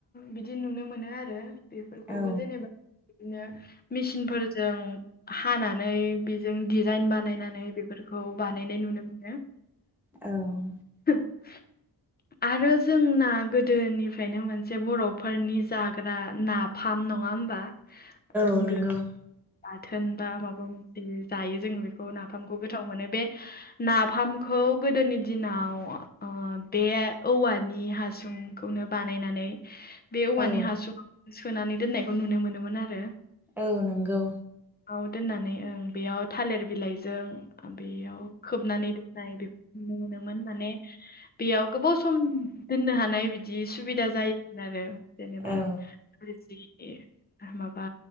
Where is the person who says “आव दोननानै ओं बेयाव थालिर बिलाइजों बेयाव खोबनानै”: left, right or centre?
Left